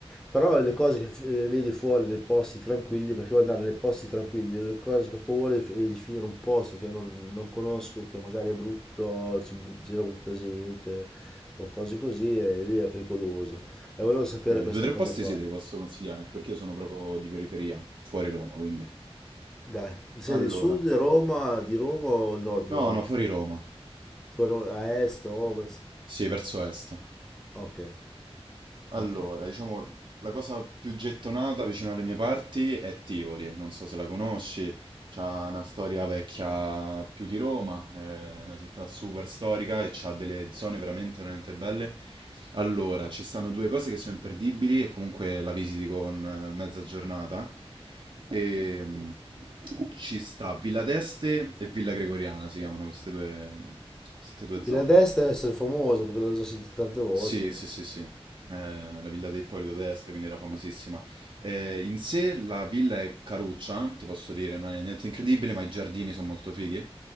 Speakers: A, in the centre; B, on the right.
A: Però le cose che eh, vedi fuori nei posti tranquilli, perché vuoi andare nei posti tranquilli, le cose che ho paura è è di finire in un posto che non, non conosco e che magari è brutto, ci bu- gira brutta gente o cose così, e lì è pericoloso. E volevo sapere
B: Eh,
A: questa
B: due o tre
A: cosa
B: posti
A: qua.
B: sì, te li posso consigliare, anche perché io sono proprio di periferia, fuori Roma, quindi.
A: Dai, sei
B: Allora.
A: del sud Roma, di Roma o il nord di
B: No,
A: Roma?
B: no, fuori Roma.
A: Sono a est, ovest?
B: Sì, verso est.
A: Ok,
B: Allora,
A: ok.
B: diciamo, la cosa più gettonata vicino alle mie parti è Tivoli, non so se la conosci, c'ha una storia vecchia più di Roma, è una città super storica e c'ha delle zone veramente, veramente belle. Allora, ci stanno due cose che sono imperdibili e comunque la visiti con eh, mezza giornata. E, mm, ci sta Villa d'Este e Villa Gregoriana, si chiamano queste due, queste due zone.
A: Villa d'Este deve essere famosa perché l'ho già sentita tante volte.
B: Sì, sì, sì, sì. Eh, la villa di Ippolito d'Este, quindi era famosissima. Eh, in sé la villa è caruccia, ti posso dire, non è niente incredibile, ma i giardini sono molto fighi.